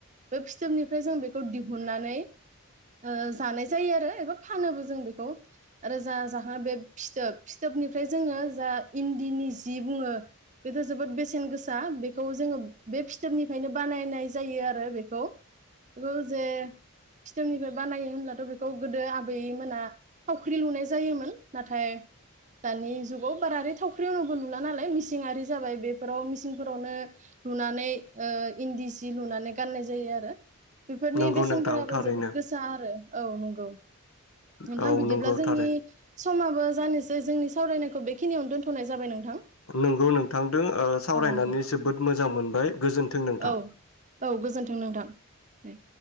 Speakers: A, on the right; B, on the left.
A: बे फिथोबनिफ्राय जों बेखौ दिहुननानै ओ जानाय जायो आरो एबा फानोबो जों बेखौ आरो जा जाहाङो बे फिथोब फिथोबनिफ्राय जोङो जा इन्दिनि जि बुङो बेथ' जोबोद बेसेन गोसा बेखौ जोङो बे फिथोबनिफ्रायनो बानायनाय जायो आरो बे खौ जे फिथोबनिफ्राय बानायो होनब्लाथ' बेखौ गोदो आबैमोना थावख्रि लुनाय जायोमोन नाथाय दानि जुगाव बारा <unintelligible> <unintelligible> लुला नालाय मिसिंआारि जाबाय बेफोराव मिसिंफोरावनो लुनानै ओ इन्दि जि जि लुनानै गाननाय दै आरो बेफोरनि
B: नंगौ
A: बेसेनफोराबो
B: नोंथां थारैनो
A: जोबोद गोसा आरो औ नंगौ।
B: औ
A: नोंथां बिदिब्ला
B: नंगौ
A: जोंनि
B: थारै
A: समाबो जानोसै जोंनि सावरायनायखौ बेखिनियावनो दोनथ'नाय जाबाय नों
B: नंगौ नोंगौ नोंथांदों सावरायनानै
A: नंगौ
B: जोबोद मोजां मोजां मोनबाय गोजोन्थों नोंथां
A: औ औ गोजोन्थों नोंथां। नै